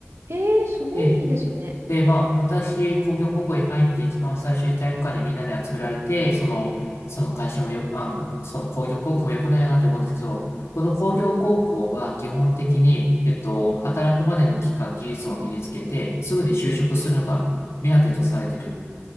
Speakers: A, on the right; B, on the left.
A: ええすごいいいですね。
B: でで、まあ、私、工業高校に入って一番最初に体育館にみんなに集められて、その、その会社もよ、あの、その工業高校も良くないなって思うんですけど、この工業高校は基本的に、えっと、
A: うん、
B: 働くまでの期間、技術を身につけて、すぐに就職するのが目当てとされている
A: うん、